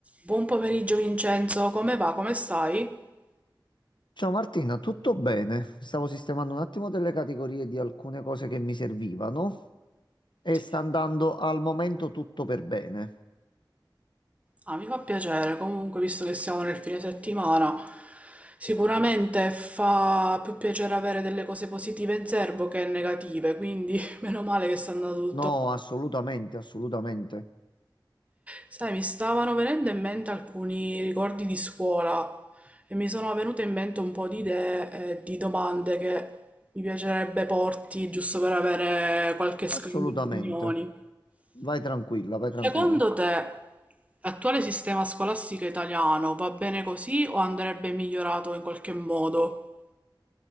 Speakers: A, on the right; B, on the left.
A: Buon pomeriggio Vincenzo, come va? Come stai?
B: Ciao Martina, tutto bene? Stavo sistemando un attimo delle categorie di alcune cose che mi servivano e
A: Sì.
B: sta andando al momento tutto per bene.
A: Ah, mi fa piacere, comunque visto che siamo nel fine settimana, sicuramente fa più piacere avere delle cose positive in serbo che negative, quindi <laughs> meno male che sta andando tutto.
B: No, assolutamente, assolutamente,
A: Sai, mi stavano venendo in mente alcuni ricordi di scuola e mi sono venute in mente un po' di idee e di domande che mi piacerebbe porti giusto per avere qualche scambio
B: assolutamente.
A: di opinioni.
B: Vai tranquilla, vai
A: Secondo
B: tranquilla.
A: te, l'attuale sistema scolastico italiano va bene così o andrebbe migliorato in qualche modo?